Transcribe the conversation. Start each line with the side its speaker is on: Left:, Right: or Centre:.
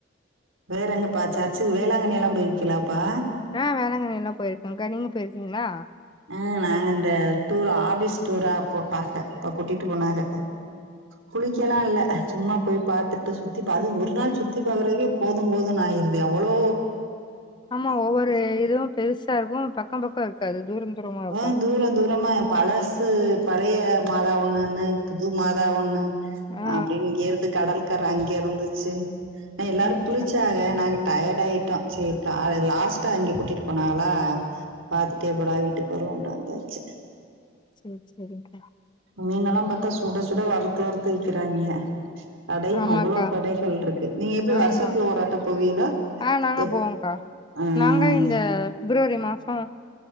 Right: வேறங்கிப்பா சர்ச்சுக் வேளாங்கண்ணி எல்லா போய்க்கலாப்பா
Left: ஆ வேளங்கண்ணி எல்லா போயிருக்கங்க்கா நீங்க போயிருக்கீங்களா
Right: ஆ நாங்க இந்த டூர் ஆபீஸ் டூரா போட்டாங்க அப்ப கூட்டிட்டு போனாங்க குளிக்கலா இல்ல சும்மா போய் பாத்துட்டு சுத்தி பாத்து அது ஒரு நாள் சுத்தி பாக்குறத்துக்கே போது போது ஆயிருது எவ்ளோ
Left: ஆமா ஒவ்வொரு இதுவு பெருசா இருக்கு பக்க பக்கோ இருக்காது தூரம் தூரமா இருக்கு
Right: ஆ தூர தூரமா எ பழசு பழைய மாதா ஒண்ணுன்னு புது மாதா ஒண்ணு
Left: ஆ
Right: அப்டின் இங்கே இருந்து கடல் கர அங்க இருந்துச்சு ஆ எல்லாரு
Left: ஆமாக்கா
Right: குளிச்சாங்க நாங்க டயர்ட் ஆயிட்டா சேரி அத லாஸ்ட்டா அங்க கூட்டிட்டு போனாகலா பாத்துட்டே ஒடாவீட்டு பொறவுன்ட்டு வந்தாச்சு
Left: சேரி சேரிக்கா
Right: மீன்னெல்லாம் பாத்தா சுட சுட வறுத்து வறுத்து விக்கறாய்ங்க கடையும்
Left: ஆமாக்கா
Right: அவ்வளவு கடைகள் இருக்கு நீங்க எப்டி
Left: ஆமா
Right: வருஷத்துல ஒருராட்ட பேவியிங்கலா
Left: ஆ நாங்க
Right: எப்
Left: போவோங்க்கா
Right: ஆஹ்
Left: நாங்க இந்த பிப்ரவரி மாசோ